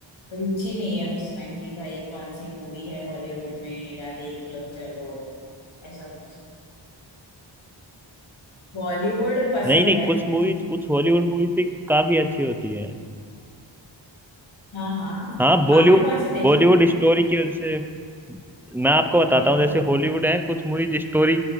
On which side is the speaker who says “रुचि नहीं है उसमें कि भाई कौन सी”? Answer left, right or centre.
Left